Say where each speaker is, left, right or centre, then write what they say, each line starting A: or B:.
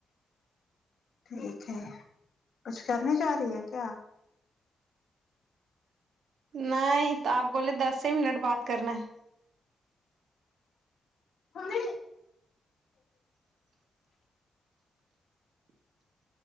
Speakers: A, on the left; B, on the right.
A: ٹھیک ہے کچھ کرنے جا رہی ہے کیا
B: نہیں تو آپ بولے دس ہی منٹ بات کرنا ہے ا
A: کیا
B: <inaudible>